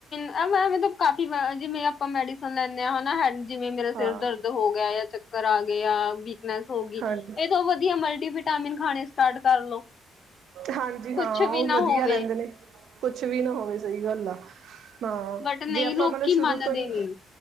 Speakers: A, on the left; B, on the right.
A: ਏ ਮੈਂ ਮੇਤੋਂ ਕਾਫ਼ੀ ਵਾਰ ਜਿਵੇਂ ਆਪਾਂ ਮੈਡੀਸਨ ਲੈਂਦੇ ਹਾਂ ਹਨਾ ਹੈ ਜਿਵੇਂ ਮੇਰਾ ਸਿਰ
B: ਹਾਂ
A: ਦਰਦ ਹੋ ਗਿਆ ਯਾਂ ਚਕ ਚੱਕਰ ਆ ਗਿਆ, ਵੀਕਨੈਸ ਹੋ ਗਈ,
B: ਹਾਂਜੀ
A: ਇਹ ਤੋਂ ਵਧੀਆ ਮਲਟੀਵਟਾਮਿਨ ਖਾਣੇ ਸਟਾਰਟ ਕਰ ਲੋ।
B: ਹਾਂਜੀ ਹਾਂ
A: ਕੁਛ ਵੀ
B: ਉਹ
A: ਨਾ
B: ਵਧੀਆ
A: ਹੋਵੇ
B: ਰਹਿੰਦੇ ਨੇ, ਕੁਛ ਵੀ ਨਾ ਹੋਵੇ ਸਹੀ ਗੱਲ ਆ। ਹਾਂ
A: ਬਟ ਨਹੀਂ
B: ਜੇ ਆਪਾਂ
A: ਲੋਕੀ
B: ਮਤਲਬ ਸ਼ੁਰੂ
A: ਮੰਨਦੇ
B: ਤੋਂ ਹੀ
A: ਨੀ